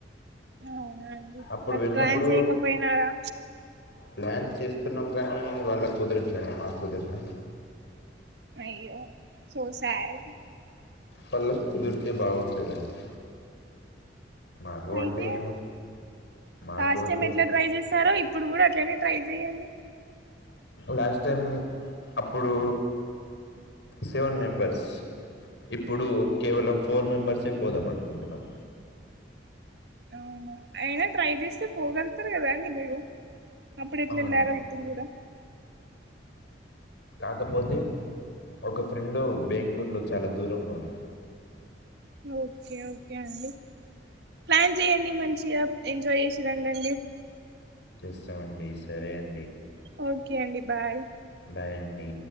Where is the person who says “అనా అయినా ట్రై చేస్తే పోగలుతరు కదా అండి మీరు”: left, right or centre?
Right